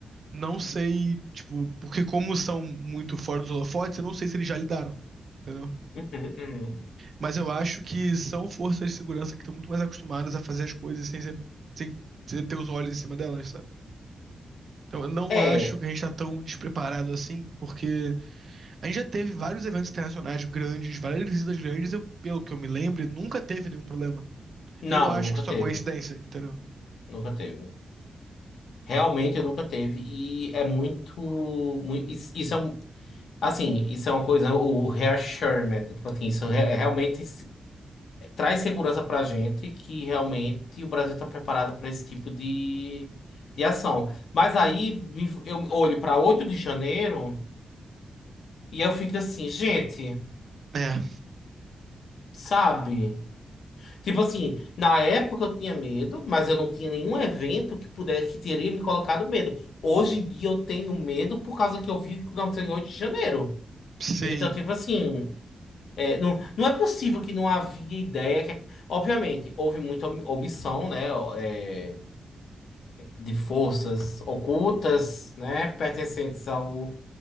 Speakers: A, on the right; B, on the left.
A: não sei, tipo, porque como são muito fora dos holofotes, eu não sei se eles já lidaram, entendeu?
B: Uhum, uhum.
A: Mas eu acho que são forças de segurança que estão muito mais acostumadas a fazer as coisas sem ser- sem sem ter os olhos em cima delas, sabe? Então eu não
B: É.
A: acho que a gente tá tão despreparado assim, porque a gente já teve vários eventos internacionais grandes, várias visitas grandes, eu, pelo que eu me lembro, nunca teve nenhum problema.
B: Não,
A: E eu não acho
B: nunca
A: que isso
B: teve.
A: é coincidência, entendeu?
B: Nunca teve. Realmente nunca teve. E é muito. muito isso, isso é um. Assim, isso é uma coisa, o reassurement. Tipo assim, isso é realmente. traz segurança para a gente que realmente o Brasil está preparado para esse tipo de, de ação. Mas aí me- eu olho para 8 de janeiro e eu fico assim, gente,
A: É,
B: sabe? Tipo assim, na época eu tinha medo, mas eu não tinha nenhum evento que pudesse que teria me colocado medo. Hoje em dia eu tenho medo por causa que eu vi o que aconteceu em 8 de janeiro.
A: sim.
B: Então, tipo assim, é, não, não é possível que não havia ideia que Obviamente, houve muita om- omissão, né? É, de forças ocultas, né, pertencentes ao,